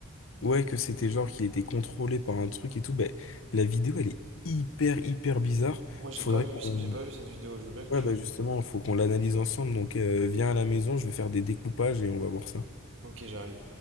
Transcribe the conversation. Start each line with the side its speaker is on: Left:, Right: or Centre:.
Left: Ouais, que c'était genre qu'il était contrôlé par un truc et tout, ben la vidéo elle est hyper hyper bizarre.
Right: Moi, j'ai
Left: Faudrait
Right: pas vu,
Left: qu'on.
Right: j'ai pas vu cette vidéo. Je veux bien que
Left: Ouais,
Right: tu.
Left: bah justement, faut qu'on l'analyse ensemble. Donc euh, viens à la maison, je vais faire des découpages et on va voir ça.
Right: Ok, j'arrive.